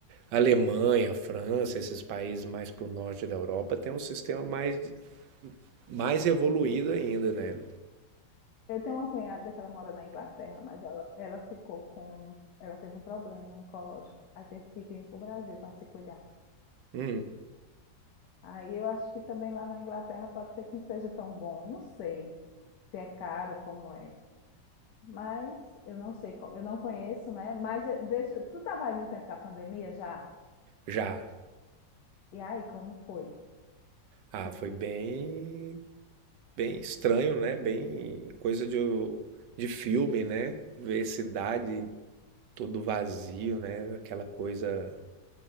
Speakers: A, on the right; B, on the left.
A: a Alemanha, a França, esses países mais para o norte da Europa tem um sistema mais, mais evoluído ainda, né?
B: Eu tenho uma cunhada que ela mora na Inglaterra, mas ela, ela ficou com. Ela teve um problema oncológico. Aí teve que vir para o Brasil para se cuidar.
A: Hum,
B: Aí eu acho que também lá na Inglaterra pode ser que não seja tão bom. Não sei se é caro, como é. Mas eu não sei, co- eu não conheço, né? Mas eh, deixa. Tu estava aí no tempo da pandemia já?
A: já.
B: E aí, como foi?
A: Ah,
B: Porque
A: foi bem, bem estranho, né? Bem coisa de, de filme, né? Ver cidade todo vazio,
B: eh,
A: né? Aquela coisa